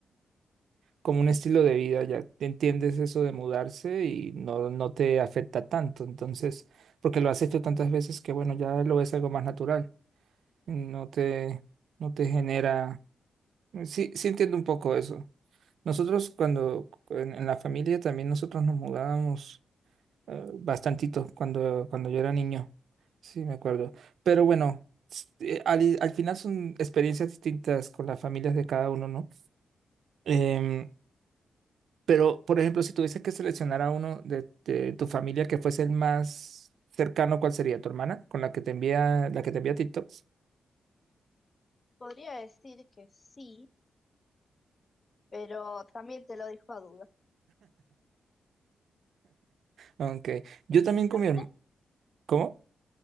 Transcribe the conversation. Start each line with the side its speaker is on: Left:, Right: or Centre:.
Right: como un estilo de vida, ya te entiendes eso de mudarse y no, no te afecta tanto. Entonces, porque lo has hecho tantas veces que bueno, ya lo ves algo más natural. No te, no te genera. Sí, sí entiendo un poco eso. Nosotros cuando en, en la familia también nosotros nos mudábamos eh, bastantito cuando, cuando yo era niño. Sí, me acuerdo. Pero bueno, s- eh, al, al final son experiencias distintas con las familias de cada uno, ¿no? Em, pero, por ejemplo, si tuviese que seleccionar a uno de, de tu familia que fuese el más cercano, ¿cuál sería? ¿Tu hermana? Con la que te envía, la que te envía TikToks.
Left: Podría decir que sí, pero también te lo dejo a duda.
Right: Aunque yo
Left: ¿En
Right: también
Left: tu caso?
Right: con mi hermana. ¿Cómo?